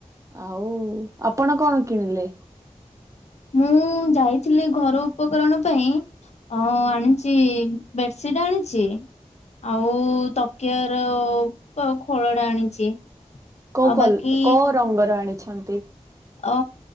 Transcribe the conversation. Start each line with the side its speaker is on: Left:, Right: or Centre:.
Right: ଆଉ ଆପଣ କଣ କିଣିଲେ?
Left: ମୁଁ ଯାଇଥିଲି ଘର ଉପକରଣ ପାଇଁ ଆଣିଛି ବେଡସିଟ ଟାଣିଛି ଆଉ ତକିଆ ର ଆଉ ଖୋଳ ଟା ଆଣିଛି।
Right: କୋ
Left: ଆଉ
Right: କୋ
Left: ବାକି
Right: କୋଉ ରଙ୍ଗର ଆଣିଛନ୍ତି?
Left: ଅ